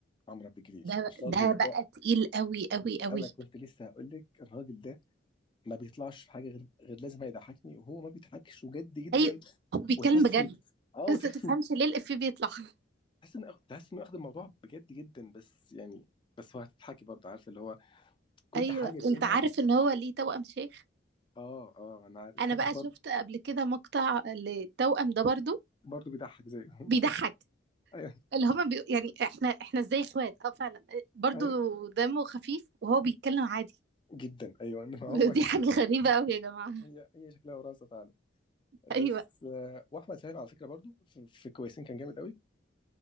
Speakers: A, on the left; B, on the right.
A: عمرو عبد الجليل
B: ده
A: الراجل
B: ده بقى
A: ده
B: تقيل قوي قوي قوي
A: انا كنت لسه هقول لك الراجل ده ما بيطلعش في حاجه غير غير لازم هيضحكني وهو ما بيضحكش وجد جدا
B: اي هو بيتكلم
A: وتحسي
B: بجد
A: اه وتحسي
B: بس ما تفهمش ليه الإفيه بيطلع <laughs>
A: تحس ان تحس انه واخد الموضوع بجد جدا بس يعني بس هو هتضحكي برضه عارفه اللي هو كل
B: ايوه
A: حاجه بيقولها
B: انت عارف ان هو ليه توأم شيخ
A: اه اه انا عارف
B: انا بقى
A: <laughs> برضه
B: شفت قبل كده مقطع للتوأم ده برضو
A: برضه بيضحك زيه <laughs>
B: بيضحك
A: ايوه
B: اللي هما بي... يعني احنا احنا ازاي اخوات اه فعلا برضو
A: ايوه
B: دمه خفيف وهو بيتكلم عادي
A: جدا ايوه <laughs> هو
B: <laughs> دي حاجة غريبة قوي يا جماعة
A: هي هي شكلها وراثه فعلا بس
B: ايوه
A: آه، واحمد سامي على فكره برضو في في كويسين كان جامد قوي